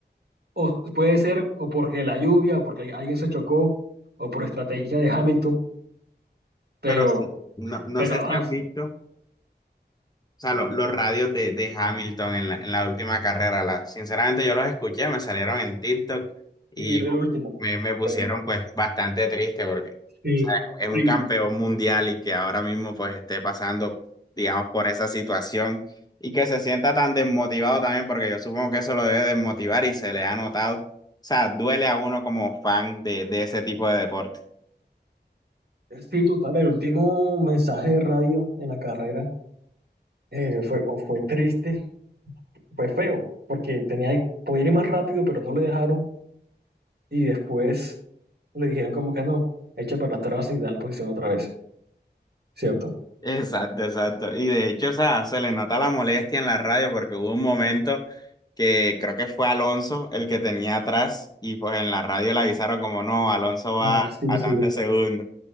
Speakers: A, on the right (about 60°); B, on the left (about 20°).
A: O puede ser o porque la lluvia, o porque alguien se chocó, o por estrategia de Hamilton, pero,
B: Pero o sea, no, no
A: pero
B: sé
A: avanza.
B: si has visto O sea, lo- los radios de, de Hamilton en la, en la última carrera, la, sinceramente yo los escuché, me salieron en TikTok y
A: Y el, el último,
B: me, me pusieron
A: feo.
B: pues bastante triste porque
A: Sí,
B: o sea,
A: horrible.
B: es un campeón mundial y que ahora mismo pues esté pasando, digamos, por esa situación y que se sienta tan desmotivado también porque yo supongo que eso lo debe desmotivar y se le ha notado. O sea, duele a uno como fan de, de ese tipo de deporte.
A: Sí, total, el último mensaje de radio en la carrera eh, fue, o fue triste fue feo, porque tenía, podía ir más rápido, pero no le dejaron y después le dijeron como que no, echa para atrás y da la posición otra vez, ¿cierto?
B: Exacto, exacto. Y de hecho, o sea, se le nota la molestia en la radio porque hubo un momento que creo que fue Alonso el que tenía atrás y pues en la radio le avisaron como no, Alonso va
A: Ah, sí,
B: a
A: sí.
B: tantos segundos.